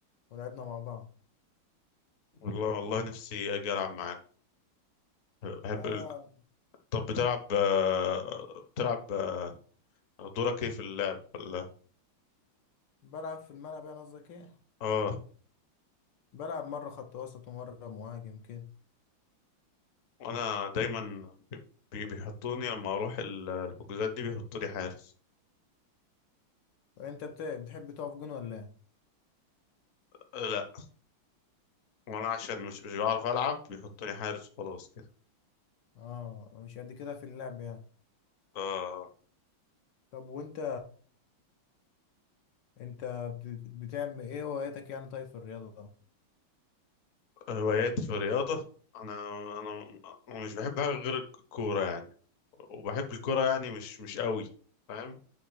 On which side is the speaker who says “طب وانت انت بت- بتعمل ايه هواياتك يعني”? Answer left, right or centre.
Left